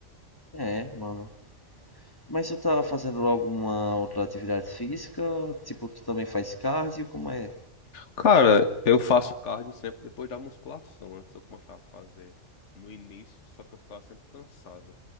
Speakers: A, on the left (about 15°); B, on the left (about 65°).
A: É, mano. Mas tu tá fazendo alguma outra atividade física? Tipo, tu também faz cardio? Como é?
B: Cara, eu faço cardio sempre depois da musculação. Antes eu começava a fazer no início, só que eu ficava sempre cansado.